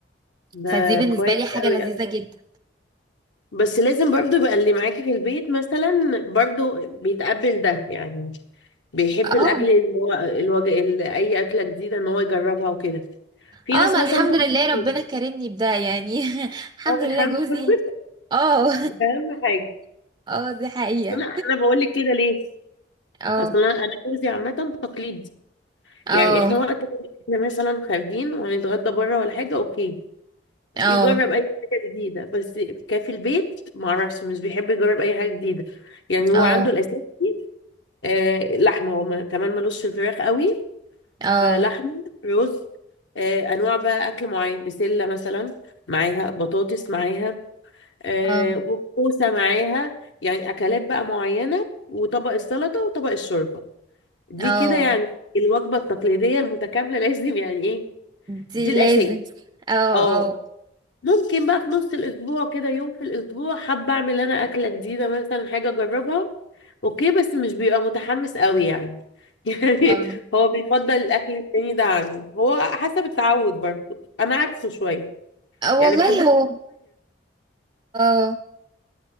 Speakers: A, on the left; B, on the right.
A: ده
B: فدي بالنسبه
A: كويس
B: لي حاجه
A: قوي
B: لذيذه جدا
A: بس لازم برضو يبقى اللي معاكي في البيت مثلا برضو بيتقبل ده يعني بيحب
B: اه
A: الاكل اللي هو الوجه اللي اي اكله جديده ان هو يجربها وكده في
B: اه
A: ناس
B: ما
A: مثلا
B: الحمد
A: تقول
B: لله ربنا كرمني بده يعني <laughs> الحمد
A: طب
B: لله
A: الحمد
B: جوزي
A: لله <laughs>
B: اه
A: ده اهم حاجه
B: <laughs> اه دي حقيقه
A: بس انا انا بقول لك كده ليه
B: اه
A: اصلا انا أنا جوزي عامه تقليدي
B: اه
A: يعني احنا وقت ما احنا مثلا خارجين وهنتغدى بره ولا حاجه اوكي
B: اه
A: يجرب اي حاجه جديده بس كان في البيت ما اعرفش مش بيحب يجرب اي حاجه جديده يعني هو
B: اه
A: عنده الاساسي آه لحمة هو ما- كمان ملوش في الفراخ قوي
B: اه
A: فلحمة رز آه أنواع بقى أكل معين بسلة مثلا معاها بطاطس معاها آه
B: اه
A: كوسة معاها يعني أكلات بقى معينة وطبق السلطة وطبق الشوربة دي
B: اه
A: كده يعني الوجبة التقليدية المتكاملة <laughs> لازم يعني إيه
B: دي
A: دي الأساس
B: لازم اه اه
A: اه ممكن بقى في نص الاسبوع كده يوم في الاسبوع حابه اعمل انا اكله جديده مثلا حاجه اجربها اوكي بس مش بيبقى متحمس قوي يعني <laughs> يعني
B: اه
A: هو بيفضل الاكل التاني ده عنه هو حسب التعود برضو انا عكسه شويه
B: آه،
A: يعني
B: والله
A: بحب
B: هو اه